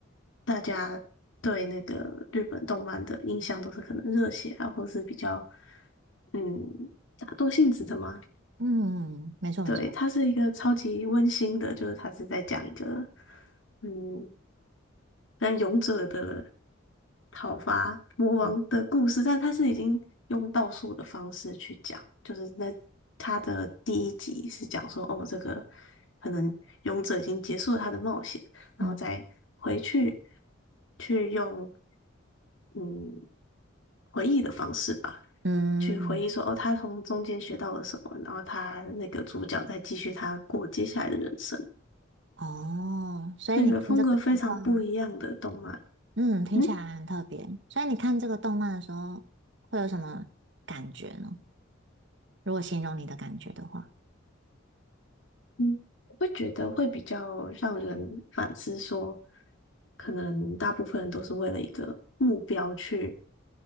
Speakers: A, on the left; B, on the right.
A: 大家对那个日本动漫的印象都是可能热血啊，或是比较嗯打斗性质的嘛，
B: 嗯，没错没错，
A: 对，它是一个超级温馨的，就是它是在讲一个嗯，像勇者的讨伐魔王的故事，
B: 嗯
A: 但它是已经用倒数的方式去讲，就是那它的第一集是讲说，哦，这个可能勇者已经结束了他的冒险，然后再回去
B: 嗯，
A: 去用嗯回忆的方式吧。
B: 嗯
A: 去回忆说，哦，他从中间学到了什么，然后他那个主角再继续他过接下来的人生，
B: 哦，所以你看这个动漫，
A: 是一个风格非常不一样的动漫。
B: 嗯，听起来很特别。
A: 嗯
B: 所以你看这个动漫的时候，会有什么感觉呢？如果形容你的感觉的话，
A: 嗯，我会觉得会比较让人反思说，可能大部分人都是为了一个目标去